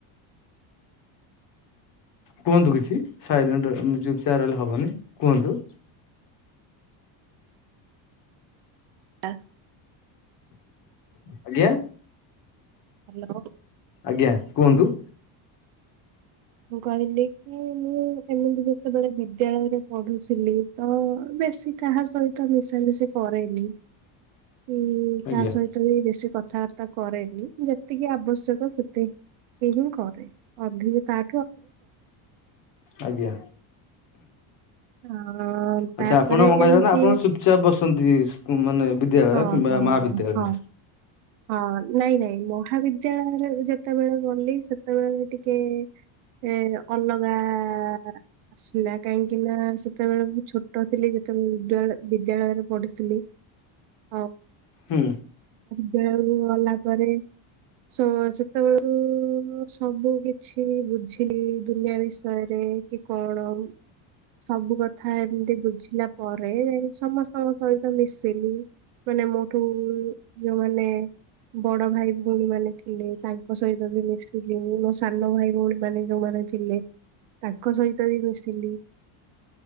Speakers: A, on the left; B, on the right.
A: କୁହନ୍ତୁ କିଛି ସାଇଲେଣ୍ଟ ଚୁପ୍ ଚାପ୍ ରହିଲେ ହବନି କୁହନ୍ତୁ?
B: ଟା
A: ଆଜ୍ଞା।
B: ହ୍ୟାଲୋ।
A: ଆଜ୍ଞା! କୁହନ୍ତୁ?
B: ମୁଁ କହିଲି କି ମୁଁ ଏମିତି ଯେତେବେଳେ ବିଦ୍ୟାଳୟରେ ପଢୁଚି ଥିଲି ତ ବେଶୀ କାହା ସହିତ ମିଶି ହେଲେ ସେ କରେନି, କି
A: ଆଜ୍ଞା
B: କାହା ସହିତ ବି ବେଶୀ କଥାବାର୍ତ୍ତା କରେନି ଯେତିକି ଆବଶ୍ୟକ ସେତିକି ହିଁ କରେ, ଅଧିକ ତା
A: ଆଜ୍ଞା।
B: ଅ
A: ଆଚ୍ଛା
B: ତାପରେ
A: ଆପଣ କହିବା
B: ଏମିତି
A: ନା ଆପଣ ଚୁପଚାପ ବସନ୍ତି, ମାନେ ବିଦ୍ୟାଳୟ
B: ହଁ
A: କିମ୍ବା
B: ହଁ
A: ମା ବିଦ୍ୟାଳୟ
B: ହଁ
A: ରେ
B: ହଁ ନାଇଁ ନାଇଁ ମହାବିଦ୍ୟାଳୟ ଯେତେବେଳେ ଗଲି ସେତେବେଳେ ଟିକେ ଏ ଅଲଗା ଆସିଲା କାହିଁକି ନା ସେତେବେଳେ ମୁ ଛୋଟ ଥିଲି ଯେ ତ ବିଦଳୟ ବିଦ୍ୟାଳୟରେ ପଢିଥିଲି, ଆ
A: ହୁଁ।
B: ଖେଳୁ ଗଲା ପରେ ସେ ସେତେବେଳୁ ମୁଁ ସବୁ କିଛି ବୁଝିଲି ଦୁନିଆ ବିଷୟରେ। କି କଣ ସବୁ କଥା ଏମିତି ବୁଝିଲା ପରେ ସମସ୍ତଙ୍କ ସହିତ ମିଶିଲି ମାନେ ମୋଠୁ ଯଉମାନେ ମାନେ ବଡ ଭାଇ ଭଉଣୀ ମାନେ ଥିଲେ ତାଙ୍କ ସହିତ ବି ମିଶିଲି, ମୋ ସାନ ଭାଇ ଭଉଣୀ ମାନେ ଯୋଉମାନେ ଥିଲେ ତାଙ୍କ ସହିତ ବି ମିଶିଲି।